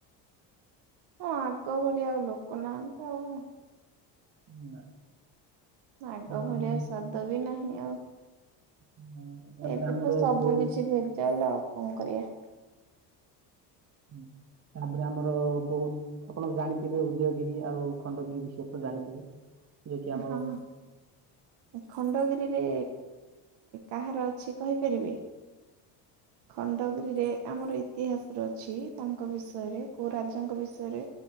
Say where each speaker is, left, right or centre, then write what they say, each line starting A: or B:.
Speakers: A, on the right (about 60°); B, on the right (about 35°).
A: ହଁ ଆଗ ଭଳିଆ ଆଉ ଲୋକ ନାହାନ୍ତି ଆଉ।
B: <unintelligible>
A: ଆଗ
B: ତାପରେ
A: ଭଳିଆ ସ୍ୱାଦ ବି ନାହିଁ ଆଉ।
B: <unintelligible>
A: ଏବେ
B: ଆମର
A: ତ ସବୁ
B: ବହୁତ
A: କିଛି ଭେଜାଲ ଆଉ କଣ କରିବା?
B: <inaudible> ତାପରେ ଆମର ବହୁତ ଆପଣ ଜାଣିଥିବେ ଉଦୟଗିରି ଆଉ ଖଣ୍ଡଗିରି ବିଷୟରେ ତ ଜାଣିଥିବେ? ଯିଏକି ଆମର
A: ହଁ। ଖଣ୍ଡଗିରିରେ କାହାର ଅଛି କହିପାରିବେ?
B: <inaudible>
A: ଖଣ୍ଡଗିରିରେ। ଆମର ଇତିହାସରେ ଅଛି ତାଙ୍କ ବିଷୟରେ କଉଁ ରାଜାଙ୍କ ବିଷୟରେ?